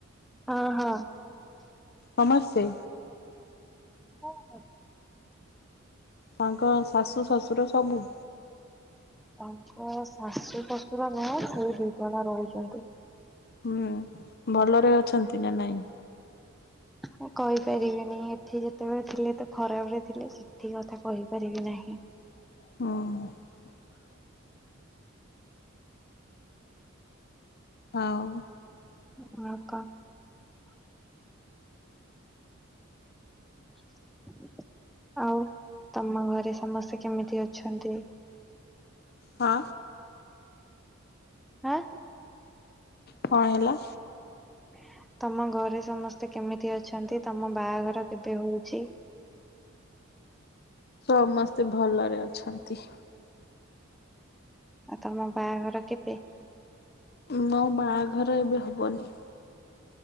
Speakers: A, in the centre; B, on the left.
A: ହଁ ହଁ।
B: ସମସେ।
A: ହଁ ହଁ।
B: ତାଙ୍କ ଶାଶୁ ଶଶୁର ସବୁ।
A: ତାଙ୍କ ଶାଶୁ ଶଶୁର ନୁହଁ ସେଇ ଦି ଜଣ ରୋହୁଚନ୍ତି।
B: ହୁଁ ଭଲରେ ଅଛନ୍ତି ନା ନାଇଁ।
A: ମୁଁ କହିପାରିବିନି ଏଠି ଯେତୋବେଳେ ଥିଲେ ତ ଖରାପ ରେ ଥିଲେ ସେଠି କଥା କହିପାରିବି ନା ହିଁ।
B: ହୁଁ। ଆଉ
A: <unintelligible> <inaudible> ଆଉ ତମ ଘରେ ସମସ୍ତେ କେମିତି ଅଛନ୍ତି।
B: ହଁ।
A: ଆଁ
B: କଣ ହେଲା।
A: <inaudible> ତମ ଘରେ ସମସ୍ତେ କେମିତି ଅଛନ୍ତି। ତମ ବାଘର କେବେ ହୋଉଚି। <inaudible>
B: ସମସ୍ତେ ଭଲରେ ଅଛନ୍ତି।
A: ଆଉ ତମ ବାଘର କେବେ।
B: ମୋ ବାଘର ଏବେ ହବନି।